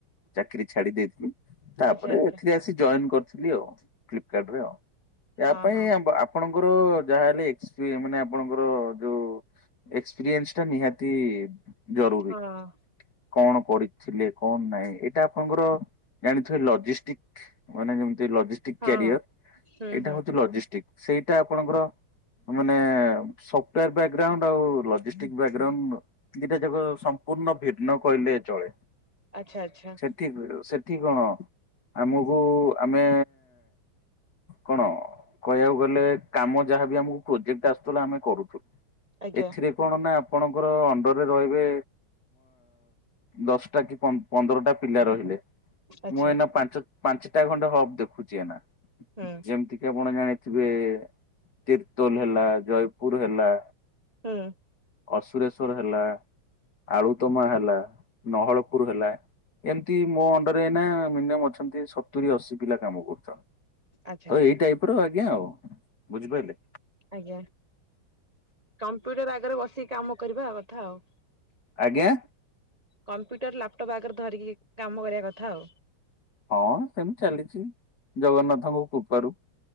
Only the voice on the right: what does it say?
ଆଚ୍ଛା ଆଚ୍ଛା
ଓହୋ
ହଁ ହଁ
ହଁ
ହୁଁ
ହୁଁ
ଆଚ୍ଛା ଆଚ୍ଛା!
ଆଜ୍ଞା
ଆଚ୍ଛା
ହୁଁ।
ହୁଁ।
ଆଚ୍ଛା
ଆଚ୍ଛା
ଆଜ୍ଞା କମ୍ପ୍ୟୁଟର ଆଗରେ ବସିକି କାମ କରିବା କଥା ଆଉ।
କମ୍ପ୍ୟୁଟର ଲାପଟପ୍ ଆଗରେ ଧରିକି କାମ କରିବା କଥା ଆଉ।